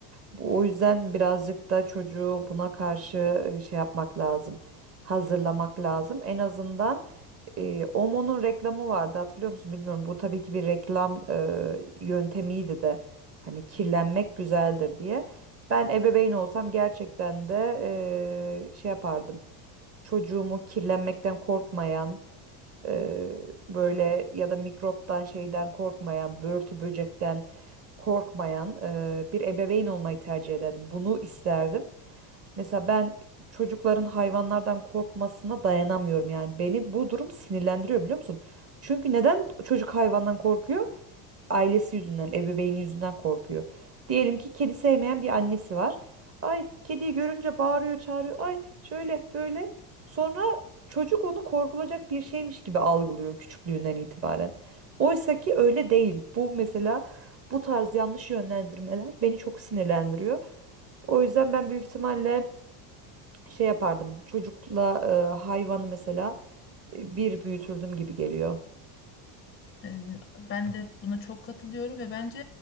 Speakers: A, on the right; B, on the left.
A: Bu, o yüzden birazcık da çocuğu buna karşı e, şey yapmak lazım. Hazırlamak lazım. En azından e, OMO'nun reklamı vardı hatırlıyor musun bilmiyorum. Bu tabii ki bir reklam e, yöntemiydi de. Hani kirlenmek güzeldir diye. Ben ebeveyn olsam gerçekten de e, şey yapardım. Çocuğumu kirlenmekten korkmayan Eee, böyle ya da mikroptan şeyden korkmayan, börtü böcekten korkmayan eee, bir ebeveyn olmayı tercih ederdim. Bunu isterdim. Mesela ben çocukların hayvanlardan korkmasına dayanamıyorum yani. Beni bu durum sinirlendiriyor biliyor musun? Çünkü neden çocuk hayvandan korkuyor? ailesi yüzünden, ebeveyni yüzünden korkuyor. Diyelim ki kedi sevmeyen bir annesi var. Ay kediyi görünce bağırıyor, çağırıyor. Ay şöyle böyle. Sonra çocuk onu korkulacak bir şeymiş gibi algılıyor küçüklüğünden itibaren. Oysa ki öyle değil. Bu mesela bu tarz yanlış yönlendirmeler beni çok sinirlendiriyor. O yüzden ben büyük ihtimalle şey yapardım. Çocukla e, hayvanı mesela e, bir büyütürdüm gibi geliyor.
B: E, Ben de buna çok katılıyorum ve bence